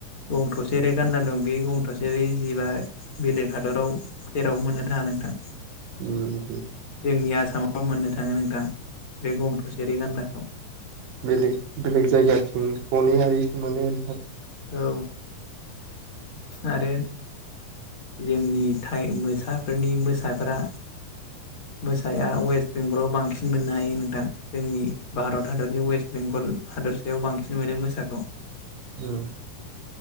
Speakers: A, on the left (about 50°); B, on the right (about 80°).
A: गं थसेयारि गानदा दं बे गं थसेेयारि जिबा बेलेग हादराव जेरावबो मोननो थाङा नोंथां
B: ओम
A: जोंनि आसामाबो मोननो थाङो नोंथां बे गं थसे रेगान्दाखौ
B: बेलेग बेलेग जायगाथिं थनैयारि सो मोनो नोंथां
A: औ आरो जोंनि थाय मोसाफोरनि मोसाफोरा मोसाया वेस्ट बेंगलाव बांसिन मोननो हायो नोंथां जोंनि भारत हादरनि वेस्ट बेंगल हादरसायाव बांसिन मोनो मोसाखौ
B: ओम